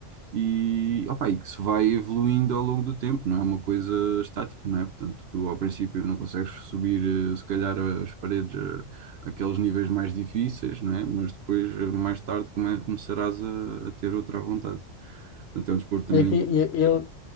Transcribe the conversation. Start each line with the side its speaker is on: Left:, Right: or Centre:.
Right: e, opa, e que se vai evoluindo ao longo do tempo, não é uma coisa estática, não é? Portanto, tu ao princípio não consegues subir, eh, se calhar, as paredes, eh, aqueles níveis mais difíceis, não é? Mas depois, eh, mais tarde, come- começarás a, a ter outra à vontade. Portanto, é um desporto também,
Left: E aqui, e- ele,